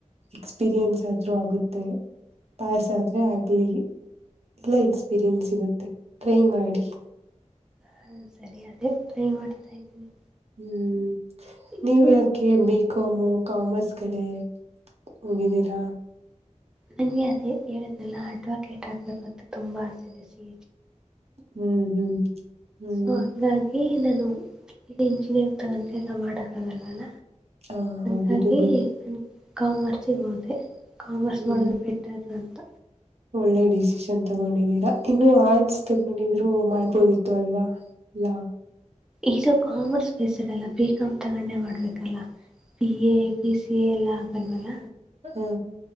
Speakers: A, on the right; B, in the centre.
A: ಎಕ್ಸ್ಪೀರಿಯನ್ಸ್ ಆದ್ರೂ ಆಗುತ್ತೆ ಪಾಸ್ ಆದ್ರೆ ಆಗ್ಲಿ ಎಲ್ಲ ಎಕ್ಸ್ಪೀರಿಯೆನ್ಸ್ ಸಿಗುತ್ತೆ ಟ್ರೈ ಮಾಡಿ
B: ಹಾ ಸರಿ ಅದೇ ಮಾಡ್ತಾ ಇದ್ದೀನಿ
A: ಹ್ಮ್ ನೀವ
B: ಇದು
A: ಯಾಕೆ ಬ ಕಾಮು ಕಾಮರ್ಸ್ ಕಡೆ ಹೋಗಿದ್ದೀರಾ
B: ನಂಗೆ ಅದೇ ಹೇಳುದಿಲ್ಲ ಅಡ್ವಕೇಟ್ ಆಗ್ಬೇಕು ಅಂತ ತುಂಬಾ ಆಸೆ ಇ ಸಿ
A: ಹ್ಮ್ ಹ್ಮ್ ಹ್ಮ್
B: ಸೊ ಹಂಗಾಗಿ ನಾನು ಇ ಇಂಜಿನಿಯರ್ ತಗೊಂಡಂತೆ ಎಲ್ಲ ಮಾಡಕ್ ಆಗಲ್ವಲ್ಲ
A: ಹ ಹೌದು
B: ಹಾಗಾಗಿ
A: ಬಿಡಿ
B: ಕಾಮರ್ಸಿಗೆ ಹೋದೆ ಕಾಮರ್ಸ್
A: ಹ್ಮ್
B: ಮಾಡಿದ್ರೆ ಬೆಟ್ಟದ ಅಂತ
A: ಒಳ್ಳೆ ಡಿಸಿಷನ್ ತಗೊಂಡಿದೀರಾ ಇನ್ನು ಆರ್ಟ್ಸ್ ತಗೊಂಡಿದ್ರು ಮಾಡ್ಬೋದಿತ್ತು ಅಲ್ವಾ ಲಾ
B: ಇದು ಕಾಮರ್ಸ್ ಬೇಸ್ ಇರಲ್ಲ ಬಿ ಕಾಾಮ್ ತಗೊಂಡೆ ಮಾಡ್ಬೇಕಲ್ಲ B A B C A ಎಲ್ಲ ಆಗಲ್ವಲ್ಲ
A: ಹ್ಮ